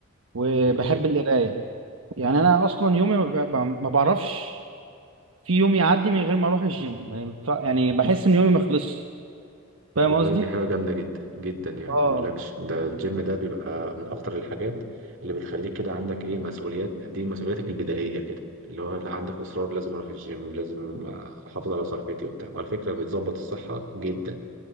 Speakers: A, on the right; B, on the right.
A: وبحب
B: حلو
A: القراية يعني انا اصلا يومي ما ب- ما بعرفش في يوم يعدي من غير ما اروح الجيم ما ينفع- يعني بحس ان يومي ما خلصش
B: طب
A: فاهم
B: والله
A: قصدي
B: دي حاجة جامدة جدا جدا يعني
A: اه
B: ما اقولكش ده الجيم ده بيبقى من اكتر الحاجات اللي بتخليك كده عندك ايه مسؤوليات دي مسؤوليتك البدائية كده اللي هو لا عندك اصرار لازم اروح الجيم لازم احافظ على صحتي وبتاع وعلى فكرة بتظبط الصحة جدا